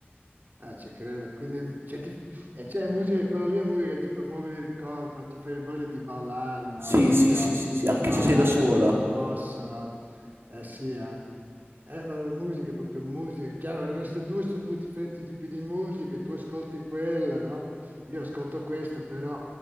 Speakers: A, on the right (about 45°); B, on the right (about 75°).
A: Ah, ci credo. Quindi, cioè, ti- eh, cioè, è musica, quello lì è musica che ti fa muovere il corpo, ti fa voglia di ballare, no?
B: Sì,
A: Proprio
B: sì, sì, sì, sì,
A: di
B: anche
A: ballare
B: se sei da solo.
A: a più non posso, no? Eh sì, eh. Eh, ma la musica è proprio musica, è chiaro, le nostre due sono due differenti tipi di musica, tu ascolti quella, no? Io ascolto questa, però